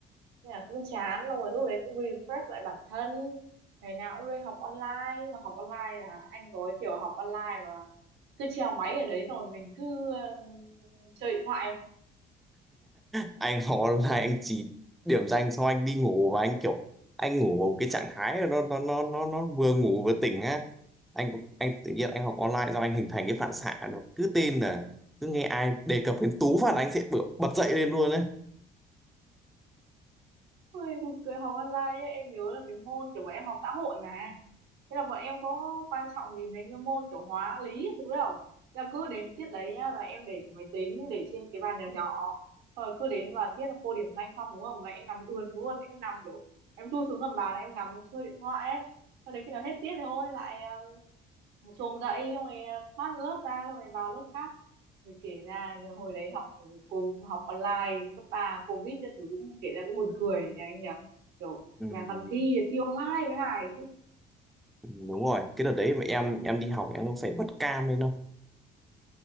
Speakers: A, on the right; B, in the centre.
A: nên là cũng chán rồi lúc đấy cũng refresh lại bản thân ngày nào cũng lên học online Nhưng mà học online là anh có cái kiểu học online mà cứ treo máy ở đấy rồi mình cứ ờ, chơi điện thoại <laughs>
B: anh <laughs> khó là anh chỉ điểm danh xong anh đi ngủ và anh kiểu anh ngủ cái trạng thái nó nó nó nó nó vừa ngủ vừa tỉnh á anh anh tự nhiên anh học online do anh hình thành cái phản xạ nó cứ tên là cứ nghe ai đề cập đến Tú phạt là anh sẽ bật, bật dậy lên luôn đấy
A: Ôi, buồn cười học online ấy. em nhớ là cái môn kiểu bọn em học xã hội mà thế là bọn em có quan trọng gì mấy cái môn kiểu hóa lý các thứ đâu là cứ đến tiết đấy nhá là em để cái máy tính để trên cái bàn nhỏ nhỏ rồi cứ đến và tiết là cô điểm danh xong đúng không là em nằm ườn xuống luôn em nằm kiểu em thu xuống gầm bàn là em nằm chơi điện thoại ấy sau đấy khi nào hết tiết thì thôi lại um, chồm dậy xong rồi ờ, thoát lớp ra xong rồi vào lớp khác rồi kể ra là hồi đấy học cô học online cấp ba covid các thứ cũng kể ra cũng buồn cười nhỉ anh nhỉ kiểu
B: ừ,
A: mà còn thi thi online với Hải
B: ừ, đúng rồi cái đợt đấy mà em em đi học em có phải bật cam lên đâu